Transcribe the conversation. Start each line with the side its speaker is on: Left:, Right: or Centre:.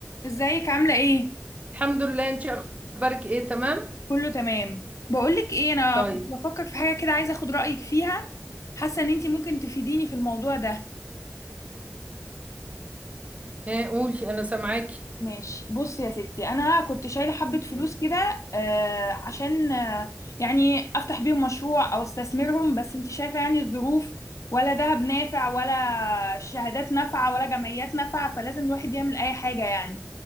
Left: ازيك عاملة ايه؟
Right: الحمد لله انت اخبارك ايه تمام
Left: كله تمام بقولك ايه انا
Right: طيب
Left: كنت بفكر في حاجة كده عايزة اخد رأيك فيها حاسة ان انتي ممكن تفيديني في الموضوع ده
Right: ها قولي انا سامعاكي
Left: ماشي بصي يا ستي انا كنت شايلة حبة فلوس
Right: مم.
Left: كده آه عشان آه يعني افتح بيهم مشروع او استثمرهم بس انتي شايفة يعني الظروف ولا دهب نافع ولا شهادات نافعة ولا جمعيات نافعة فلازم الواحد يعمل اي حاجة يعني